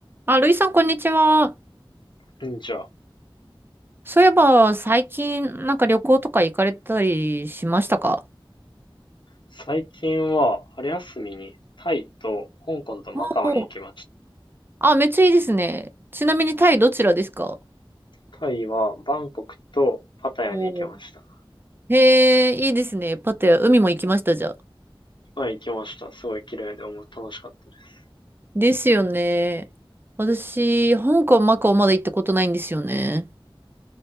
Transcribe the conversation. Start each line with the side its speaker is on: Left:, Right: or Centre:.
Right: あ、ルイさん、こんにちは。
Left: うんじゃあ、
Right: そういえば、最近、なんか旅行とか行かれたりしましたか
Left: 最近は春休みにタイと香港とマカオに行きまし
Right: おうあ、めっちゃいいですね。ちなみに、タイどちらですか
Left: た。タイはバンコクとパタヤに行きました。
Right: おうへえ、いいですね。パテ、海も行きました、じゃあ。
Left: まあ行きました。すごい綺麗でおも楽しかったです。
Right: ですよね。私、香港、マカオまだ行ったことないんですよね。